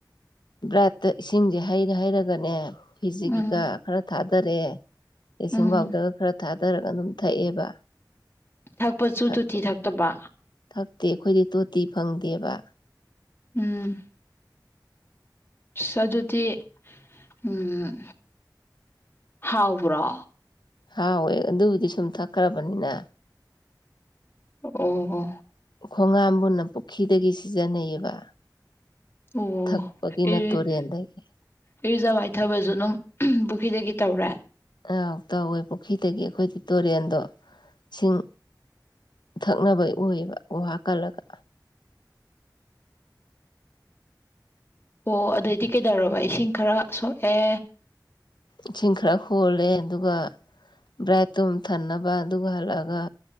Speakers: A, on the left; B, on the left.
A: ꯕ꯭ꯔꯥꯠꯇ ꯏꯁꯤꯡꯁꯦ ꯍꯩꯔ ꯍꯩꯔꯒꯅꯦ ꯐꯤꯖꯤꯒꯤ
B: ꯎꯝ
A: ꯒꯥ ꯈꯔ ꯊꯥꯗꯔꯦ ꯕ꯭ꯂꯤꯆꯤꯡꯄꯥꯎꯗꯔꯒ
B: ꯎꯝ
A: ꯈꯔ ꯊꯥꯗꯔꯒ ꯑꯗꯨꯝ ꯊꯛꯑꯦꯕ
B: ꯊꯛꯄꯁꯨ
A: ꯊꯛꯄꯒꯤ
B: ꯇꯣꯇꯤ ꯊꯛꯇꯕ
A: ꯊꯛꯇꯦ ꯑꯩꯈꯣꯏꯗꯤ ꯇꯣꯇꯤ ꯐꯪꯗꯦꯕ
B: ꯎꯝ ꯑꯁ ꯑꯗꯨꯗꯤ ꯎꯝ ꯍꯥꯎꯕ꯭ꯔꯣ
A: ꯍꯥꯎꯋꯦ ꯑꯗꯨꯕꯨꯗꯤ ꯁꯨꯝ ꯊꯛꯈ꯭ꯔꯕꯅꯤꯅ
B: ꯑꯣ
A: ꯈꯣꯡꯒꯥꯝꯕꯨꯅ ꯄꯨꯈ꯭ꯔꯤꯗꯒꯤ ꯁꯤꯖꯤꯟꯅꯩꯌꯦꯕ
B: ꯑꯣ
A: ꯊꯛꯄꯒꯤꯅ
B: ꯑꯦ
A: ꯇꯨꯔꯦꯟꯗꯒꯤ
B: ꯏ ꯔꯨꯖꯥꯕ ꯃꯥꯏꯊꯕꯁꯨ ꯑꯗꯨꯝ ꯄꯨꯈ꯭ꯔꯤꯗꯒꯤ ꯇꯧꯔꯦ
A: ꯑ ꯇꯧꯋꯦ ꯄꯨꯈ꯭ꯔꯤꯗꯒꯤ ꯑꯩꯈꯣꯏꯗꯤ ꯇꯨꯔꯦꯟꯗꯣ ꯏꯁꯤꯡ ꯊꯛꯅꯕ ꯑꯣꯏꯌꯦꯕ ꯒꯨꯍꯥ ꯀꯜꯂꯒ
B: ꯑꯣ ꯑꯗꯨꯗꯩꯗꯤ ꯀꯩꯗꯧꯔꯕ ꯏꯁꯤꯡ ꯈꯔ ꯁꯣꯛꯑꯦ
A: ꯏꯁꯤꯡ ꯈꯔ ꯍꯣꯜꯂꯦ ꯑꯗꯨꯒ ꯕ꯭ꯔꯥꯏꯠ ꯇꯨꯝ ꯊꯟꯅꯕ ꯑꯗꯨꯒ ꯍꯜꯂꯛꯑꯒ